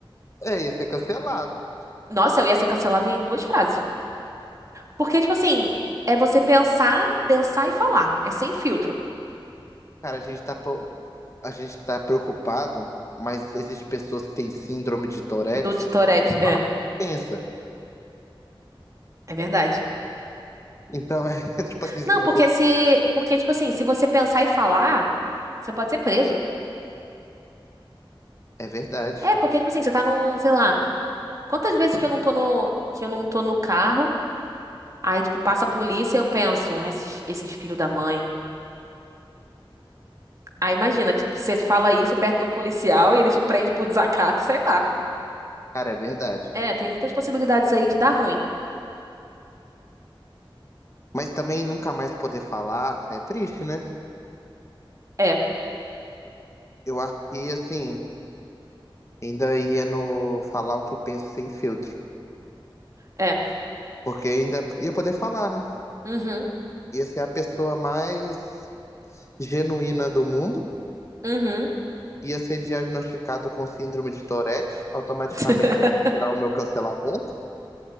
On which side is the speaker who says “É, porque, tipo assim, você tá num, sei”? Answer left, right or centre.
Right